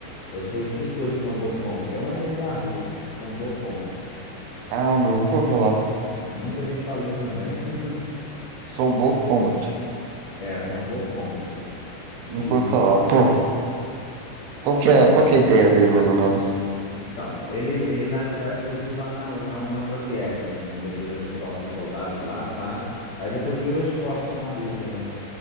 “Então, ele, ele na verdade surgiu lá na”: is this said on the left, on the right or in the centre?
Left